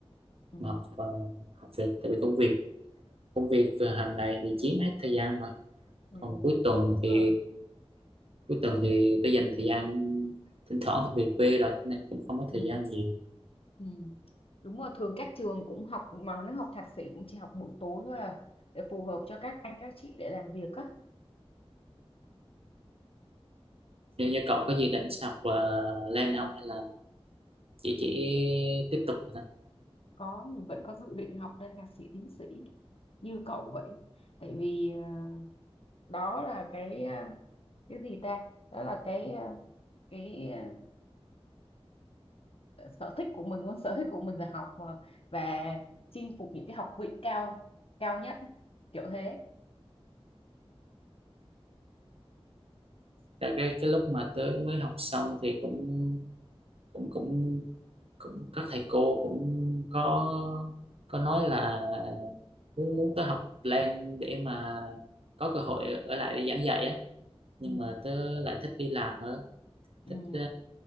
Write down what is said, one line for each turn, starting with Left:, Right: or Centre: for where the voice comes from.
Left: ừ.
Right: mà học, ờ, học việc tại vì công việc công việc ờ, hàng ngày thì chiếm hết thời gian rồi
Left: Ừ.
Right: còn cuối tuần
Left: Đúng
Right: thì
Left: rồi.
Right: cuối tuần thì tôi dành thời gian thỉnh thoảng thì về quê rồi nên cũng không có
Left: ừ.
Right: thời gian nhiều
Left: Ừ. Đúng rồi, thường các trường cũng học mà nó học thạc sĩ cũng chỉ học buổi tối thôi à để phù hợp cho các anh các chị để làm việc á.
Right: nếu như cậu có dự định sẽ học là lên không hay là chỉ chỉ tiếp tục thôi
Left: Có mình vẫn có dự định học lên thạc sĩ tiến sĩ như cậu vậy. Tại vì ờ, đó là cái ờ, cái gì ta? Đó là cái ờ, cái ờ, sở thích của mình luôn, sở thích của mình là học mà và chinh phục những cái học vị cao cao nhất kiểu thế.
Right: tại cái cái lúc mà tớ mới học xong thì cũng cũng cũng cũng các thầy cô cũng có có nói là muốn muốn tớ học lên để mà có cơ hội ở lại để giảng dạy á nhưng
Left: Ừ,
Right: mà tớ lại thích đi làm hơn
Left: ừ,
Right: thích ờ,